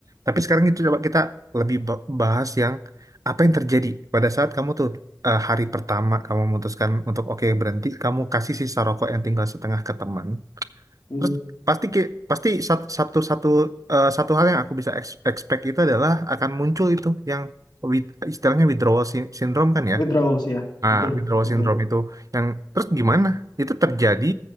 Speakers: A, on the right; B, on the left.
A: Tapi sekarang itu coba kita lebih ba- bahas yang apa yang terjadi pada saat kamu tuh eh, hari pertama kamu memutuskan untuk oke berhenti, kamu kasih sisa rokok yang tinggal setengah ke teman.
B: Mm,
A: Terus pasti ki- pasti sat- satu satu eh, satu hal yang aku bisa ex- expect itu adalah akan muncul itu yang with- istilahnya withdrawal sin- syndrome kan ya.
B: Withdrawals ya,
A: Nah,
B: betul,
A: withdrawal
B: betul.
A: syndrome itu yang terus gimana? Itu terjadi